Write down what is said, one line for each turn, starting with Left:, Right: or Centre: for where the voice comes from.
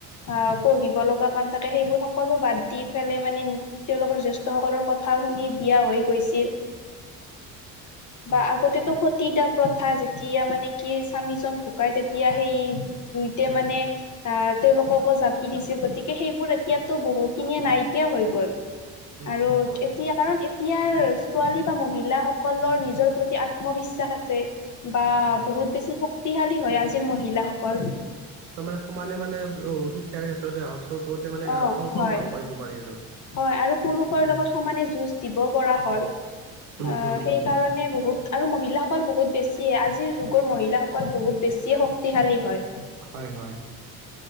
Left: আহ পঢ়িব লগা কাম থাকে সেইবোৰ সকলো বাদ দি পেলাই মানে তেওঁলোকৰ জ্যেষ্ঠ সকলৰ কথা শুনা বিয়া হৈ গৈছিল বা
Right: উম
Left: আগতেটো তিতা প্ৰথা যেতিয়া মানে কি স্বামীজন ঢুকাই তেতিয়া সেই জুইতে মানে আহ তেওঁলোককো জাপি দিছিল গ গতিকে সেইবোৰ এতিয়াতো বহুখিনিয়ে নাইকিয়া হৈ গ'ল
Right: উম,
Left: আৰু
Right: উম, হয়,
Left: এতিয়া কাৰণ এ ইয়াৰ ছোৱালী বা মহিলা সকলৰ নিজৰ প্ৰতি আত্মবিশ্বাস আছে বা
Right: হয়, হয়।
Left: বহুত বেছি শক্তিশালী হয় আজিৰ মহিলাসকল
Right: মানে সমানে মানে অ শিক্ষাৰ ক্ষেত্ৰতে হওক চবতে মানে
Left: অ
Right: অংশগ্ৰহণ
Left: হয়
Right: কৰিব পাৰি আৰু
Left: হয় আৰু পুৰুষৰ
Right: উম,
Left: লগত সমানে যুঁজ দিব পৰা হ'ল অ
Right: উম, উম,
Left: সেই
Right: উম,
Left: কাৰণে বহুত আৰু মহিল মহিলা সকল বহুত বেছিয়ে আজিৰ যুগৰ মহিলা সকল বহুত বেছিয়ে শক্তিশালী হয়
Right: হ'য় হ'য়,